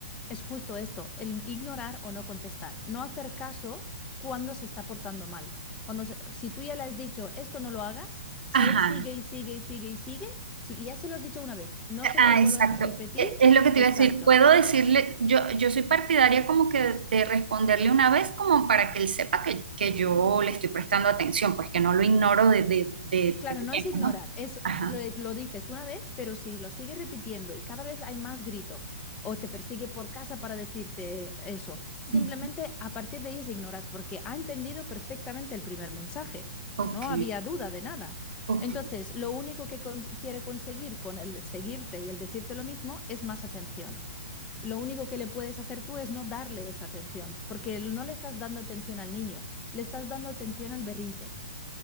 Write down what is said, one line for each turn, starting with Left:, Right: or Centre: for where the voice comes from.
Left: es justo esto, el ignorar o no contestar, no hacer caso cuando se está portando mal. Cuando se- si tú ya le has dicho esto no lo hagas, si
Right: Ajá,
Left: él sigue y sigue y sigue y sigue, si y ya se lo has dicho una vez, no se
Right: ah,
Left: lo vuelvas
Right: exacto.
Left: a repetir,
Right: E- Es lo que te
Left: exacto.
Right: iba a decir. Puedo decirle, yo, yo soy partidaria como que de de responderle una vez como para que él sepa que, que yo le estoy prestando atención, pues que no lo ignoro de, de, de
Left: Claro,
Right: primero,
Left: no es ignorar,
Right: ¿no?
Left: es
Right: Ajá.
Left: lo, lo dices una vez, pero si lo sigues repitiendo y cada vez hay más grito o te persigue por casa para decirte eso, simplemente
Right: Ujú.
Left: a partir de ahí es ignorar, porque ha entendido perfectamente el primer mensaje.
Right: Ok,
Left: No había duda de nada.
Right: ok,
Left: Entonces, lo único que con- quiere conseguir con el seguirte y el decirte lo mismo es más atención. Lo único que le puedes hacer tú es no darle esa atención, porque no le estás dando atención al niño, le estás dando atención al berrinche.